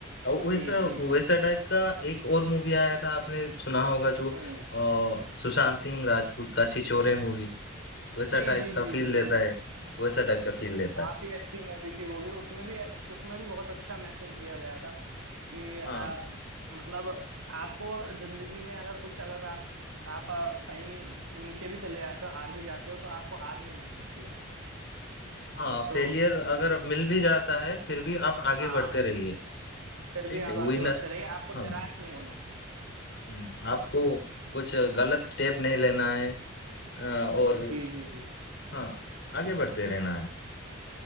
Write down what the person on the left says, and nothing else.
और वैसा
वैसा टाइप का एक और मूवी आया था आपने सुना होगा जो अ,
सुशांत सिंह राजपूत का छिछोरे मूवी वैसा
टाइप
का
फील
देता है वैसा टाइप का फील देता
है
हाँ
हाँ
फेलियर अगर
मिल भी जाता है फिर भी आप आगे
बढ़ते रहिए
ठीक
है
विनर
हाँ
हुँ, आपको कुछ गलत स्टेप नहीं लेना है अ, और
हाँ, आगे बढ़ते रहना है।